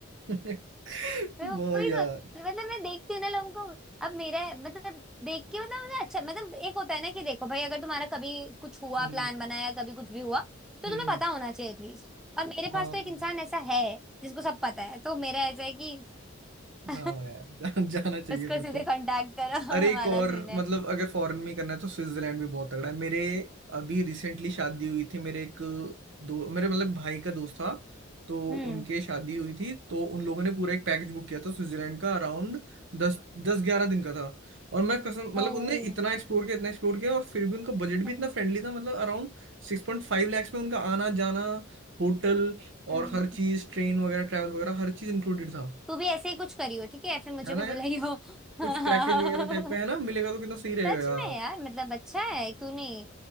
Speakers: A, on the right (about 65°); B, in the centre.
A: <laughs>
B: वही
A: वो यार
B: सोच मतलब मैं देखती हूँ ना लोगों को अब मेरा मतलब देख के मतलब मुझे अच्छा मतलब एक होता है ना कि देखो भाई अगर तुम्हारा कभी कुछ हुआ
A: हम्म
B: प्लान बनाया कभी कुछ भी हुआ तो
A: हम्म
B: तुम्हें पता होना चाहिए एटलीस्ट और मेरे
A: हाँ
B: पास तो एक इंसान ऐसा है जिसको सब पता है तो मेरा ऐसा है कि <laughs>
A: हाँ यार जा, जाना चाहिए
B: उसको
A: फिर
B: सीधे
A: तो
B: कांटेक्ट करो
A: अरे एक
B: <laughs> वाला
A: और
B: सीन है
A: मतलब अगर फॉरेन में ही करना है तो स्विट्जरलैंड भी बहुत तगड़ा है मेरे अभी रिसेंटली शादी हुई थी मेरे एक दो मेरे मतलब भाई का दोस्त था तो
B: हम्म
A: उनके शादी हुई थी तो उन लोगों ने पूरा एक पैकेज बुक किया था स्विट्जरलैंड का अराउंड दस दस ग्यारह दिन का था और मैं कसम
B: ओ
A: मतलब उनने इतना एक्सप्लोर किया इतना एक्सप्लोर किया और फिर भी उनका बजट
B: हम्म
A: भी इतना फ्रेंडली था मतलब अराउंड सिक्स पॉइंट फाइव लैक्स में उनका आना जाना होटल और
B: हम्म
A: हर चीज़ ट्रेन वगैरह ट्रैवल वगैरह हर चीज़ इंक्लूडेड था
B: तू भी ऐसे ही कुछ करियो ठीक है फिर मुझे
A: है ना
B: भी बुलाइयो
A: यार
B: <laughs>
A: कुछ पैकेज वगैरह टाइप में है ना मिलेगा तो कितना सही रहेगा
B: सच
A: यार
B: में यार मतलब अच्छा है क्यों नहीं